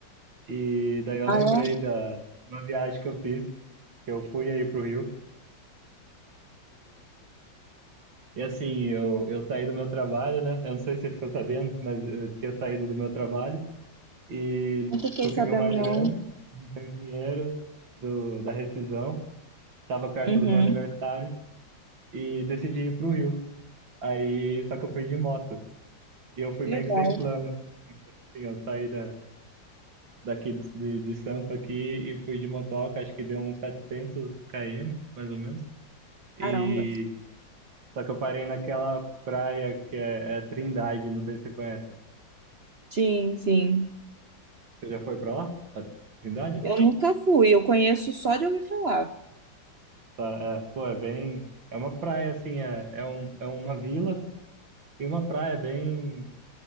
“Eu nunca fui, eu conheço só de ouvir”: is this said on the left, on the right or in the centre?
Right